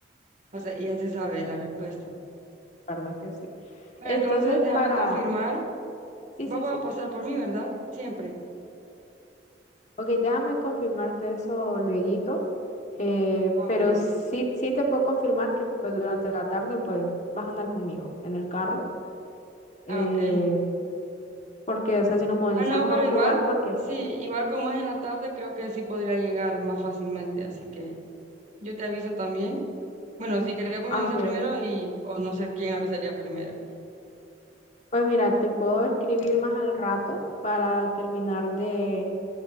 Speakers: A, on the right; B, on the left.
A: O sea, ya se sabe la respuesta.
B: La verdad es que sí.
A: Bueno,
B: Entonces,
A: entonces déjame
B: para...
A: confirmar.
B: Sí,
A: Vos
B: sí,
A: vas
B: sí.
A: a pasar por mí, ¿verdad? Siempre.
B: Ok, déjame confirmarte eso lueguito, eh,
A: Ah,
B: pero
A: ok, ok.
B: sí, sí te puedo confirmar que pues, durante la tarde pues vas a andar conmigo en el carro, eh,
A: Ah, ok.
B: porque, o sea, si nos movilizamos
A: Ah, no, pero
B: a otro
A: igual,
B: lugar, porque...
A: sí, igual como es en la tarde, creo que sí podría llegar más fácilmente. Así que yo te aviso también. Bueno, si querés, pues
B: aunque
A: me avisas primero y, o no sé quién avisaría primero.
B: Pues mira, te puedo escribir más al rato para terminar de,